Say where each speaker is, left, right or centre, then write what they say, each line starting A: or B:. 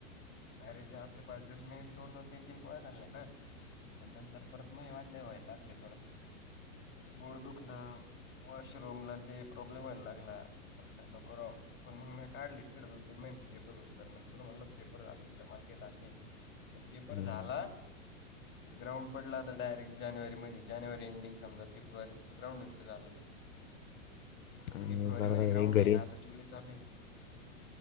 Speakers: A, on the left; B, on the left.
A: अरे चार ते पाच दिवस मीबी दोन दोन, तीन तीन, पोळ्या खाल्ल्या ना. पण नंतर परत महे वांदे व्हायला लागले परत पोट दुखणं. वॉशरूमला नं ते प्रॉब्लेम व्हायला लागला म्हणलं नको राव अन मंग म्या काढलेच तिड दोन तीन महिन ते पेपर होऊस्तर म्हण तुला म्हणलं होत पेपर झाल्या नंतर माल काही ताण नाही. पण पेपर
B: हम्म.
A: झाला ते ग्राउंड पडल आता डायरेक्ट जानेवारीमधी जानेवारी एंडिंग समजा फेब्रुवारीच ग्राउंड होईल ते झालंत.
B: आणि
A: फेपूरवारी
B: बरोबर
A: मध्ये ग्राउंड
B: आहे घरी
A: हे आता जुलै चालूय.